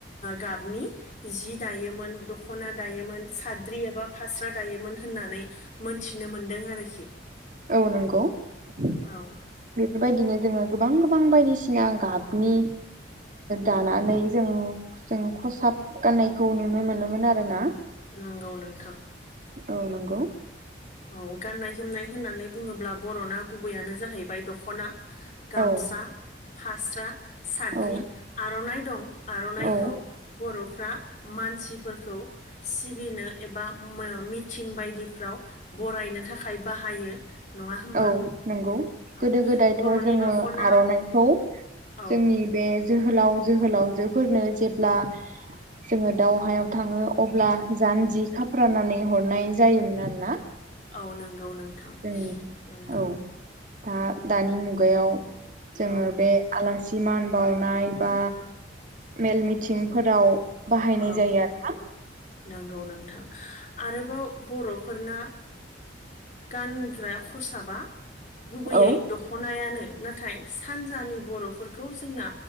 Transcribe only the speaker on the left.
गाबनि जि दायोमोन। दायोमोन दखना दायोमोन। साद्रि एबा फास्रा दायोमोन होननानै मोनथिनो मोन्दों आरोखि।
औ
नंगौ नोंथां।
औ गाननाय जोमनाय होननानै बुङोब्ला बरना गुबैयानो जाहैबाय दखना। गामसा
फास्रा साद्रि
आरनाइ दं। आरनाइखौ
बर। फोरा मानसिफोरखौ सिबिनो एबा मिथिं बायदिफ्राव। बरायनो थाखाय बाहायो। नङा होमबा
औ
बर'नि
दख'ना
औ
औ नंगौ नोंथां
नंगौ।
औ
औ
नंगौ नोंथां आरोबाव बरफोरना गानग्रा खसाबा। गुबैयै
दखनायानो। नाथाय सानजानि बरफोरखौ जोंना